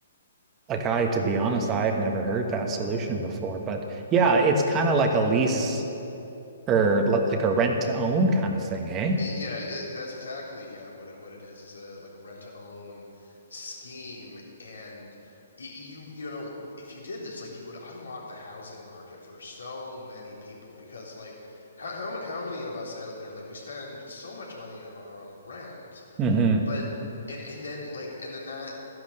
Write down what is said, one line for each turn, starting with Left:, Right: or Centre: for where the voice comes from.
Right: like I, to be honest, I've never heard that solution before. But yeah, it's kind of like a lease or li- like a rent to own kind of thing, eh?
Left: It, yeah, it, that's exactly yeah what it what it is is a like a rent to own scheme and y- you you know if you did this like you would unlock the housing market for so many people because like how how, many- how many of us out there like we spend so much money on rent
Right: hmm
Left: but and and then like and then that